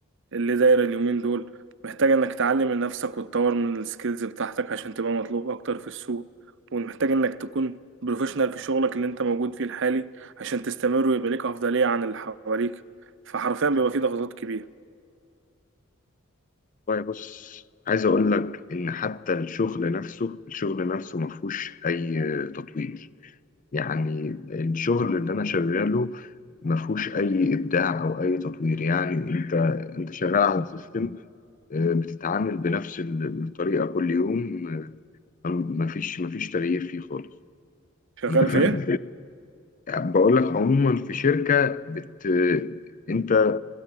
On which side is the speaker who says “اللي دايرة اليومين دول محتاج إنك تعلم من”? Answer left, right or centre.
Right